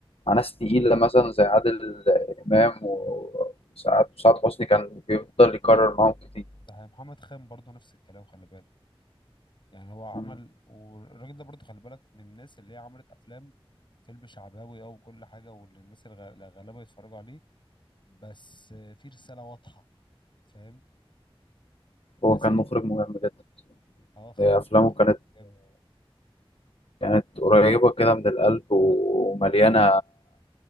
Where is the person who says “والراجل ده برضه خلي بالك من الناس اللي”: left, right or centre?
Left